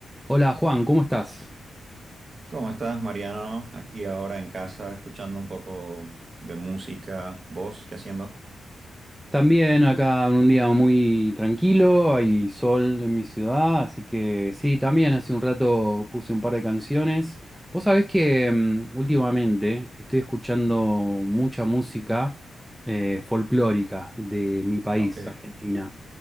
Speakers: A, in the centre; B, on the right.
A: Hola Juan, ¿cómo estás?
B: ¿Cómo estás, Mariano? Aquí ahora en casa, escuchando un poco de música, voz, ¿qué haciendo?
A: También acá en un día muy tranquilo, hay sol en mi ciudad, así que sí, también hace un rato puse un par de canciones. Vos sabés que mm, últimamente estoy escuchando mucha música eh, folclórica de mi país,
B: Ok,
A: Argentina.